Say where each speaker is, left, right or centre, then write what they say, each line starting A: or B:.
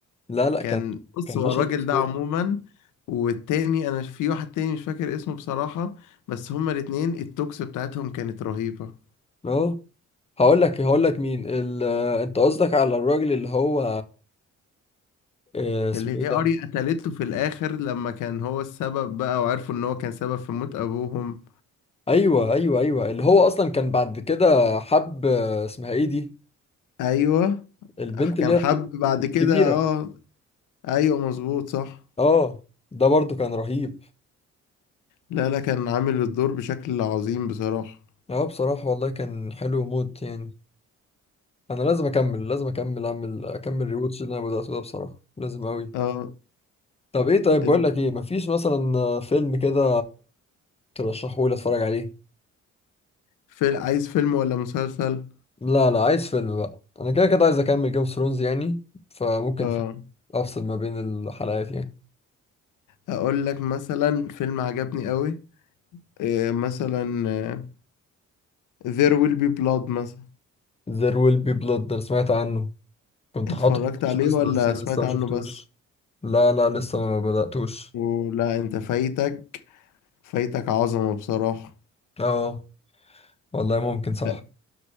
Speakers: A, on the left; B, on the left.
A: لا لا
B: كان
A: كان
B: بص
A: كان
B: هو
A: مشهد
B: الراجل
A: اسطوري
B: ده عموما والتاني انا في واحد تاني مش فاكر اسمه بصراحة بس هما الاتنين التوكس بتاعتهم كانت رهيبة
A: اه هقول لك هقول لك مين ال... انت قصدك على الراجل اللي هو آه، اسمه
B: اللي
A: ايه
B: هي
A: ده
B: اري قتلته في الاخر لما كان هو السبب بقى وعرفوا ان هو كان سبب في موت ابوهم
A: ايوه ايوه ايوه اللي هو اصلا كان بعد كده حب آه، اسمها ايه دي
B: ايوه
A: البنت
B: كان
A: اللي هي
B: حب
A: الط-
B: بعد
A: الكبيره
B: كده اه ايوه مظبوط صح
A: اه ده برضو كان رهيب
B: لا لا كان عامل الدور بشكل عظيم بصراحة
A: اه بصراحه والله كان حلو موت يعني انا لازم اكمل لازم اكمل اعمل اكمل ريوتش اللي انا بداته ده بصراحه لازم قوي
B: اه
A: طب ايه طيب
B: ال-
A: بقول لك ايه مفيش مثلا فيلم كده ترشحه لي اتفرج عليه
B: في عايز فيلم ولا مسلسل
A: لا لا عايز فيلم بقى انا كده كده عايز اكمل جيم اوف ثرونز يعني فممكن
B: اه
A: فيلم افصل ما بين الحلقات يعني
B: اقول لك مثلا فيلم عجبني قوي إيه مثلا آه، There Will Be Blood مثلا
A: There will be blood انا سمعت عنه كنت
B: اتفرجت
A: حاطه في الواتش
B: عليه
A: ليست
B: ولا
A: بس لسه
B: سمعت
A: ما
B: عنه
A: شفتوش
B: بس
A: لا لا لسه ما بدأتوش
B: ولا انت فايتك فايتك عظمة بصراحة
A: اه والله ممكن صح
B: لا،